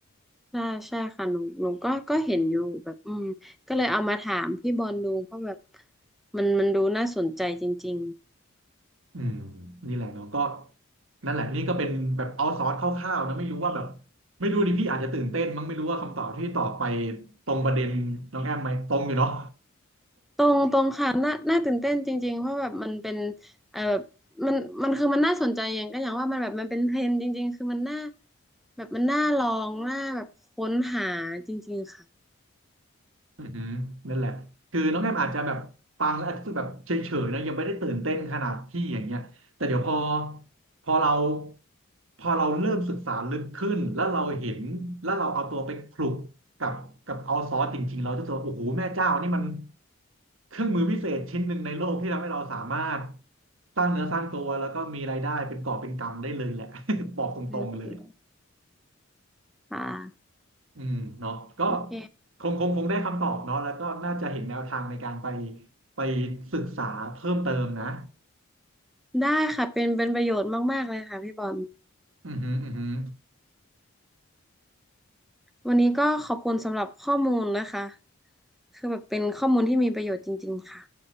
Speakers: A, in the centre; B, on the right.
A: ใช่ใช่ค่ะหนูหนูก็ก็เห็นอยู่แบบอืมก็เลยเอามาถามพี่บอลดูเพราะแบบมันมันดูน่าสนใจจริงๆ
B: อืมนี่แหละเนาะก็นั่นแหละนี่ก็เป็นแบบเอาซอสคร่าวๆนะไม่รู้ว่าแบบไม่รู้ดิพี่อาจจะตื่นเต้นมั้งไม่รู้ว่าคำตอบที่ตอบไปตรงประเด็นน้องแอมไหมตรงอยู่เนาะ
A: ตรงตรงค่ะน่าน่าตื่นเต้นจริงๆเพราะแบบมันเป็นเอ่อแบบมันมันคือมันน่าสนใจอย่างก็อย่างว่ามันแบบมันเป็นเทรนด์จริงๆคือมันน่าแบบมันน่าลองน่าแบบค้นหาจริงๆค่ะ
B: อือหือนั่นแหละ คือน้องแอมอาจจะแบบฟังแล้วอาจจะรู้สึกแบบเฉยๆนะยังไม่ได้ตื่นเต้นขนาดพี่อย่างเงี้ยแต่เดี๋ยวพอพอเราพอเราเริ่มศึกษาลึกขึ้นแล้วเราเห็นแล้วเราเอาตัวไปคลุกกับกับเอาซอสจริงๆเราจะรู้สึกว่าโอ้โหแม่เจ้านี่มันเครื่องมือพิเศษชิ้นหนึ่งในโลกที่ทำให้เราสามารถสร้างเนื้อสร้างตัวแล้วก็มีรายได้เป็นกอบเป็นกำได้เลยแหละ <laughs> บอกตรงๆเลย
A: อืมค่ะ
B: อืมเนาะก็
A: โอเค
B: คงคงคงได้คำตอบเนาะแล้วก็น่าจะเห็นแนวทางในการไปไปศึกษาเพิ่มเติมนะ
A: ได้ค่ะเป็นเป็นประโยชน์มากๆเลยค่ะพี่บอล
B: อืมอหืมออือหือ
A: วันนี้ก็ขอบคุณสำหรับข้อมูลนะคะคือแบบเป็นข้อมูลที่มีประโยชน์จริงๆค่ะ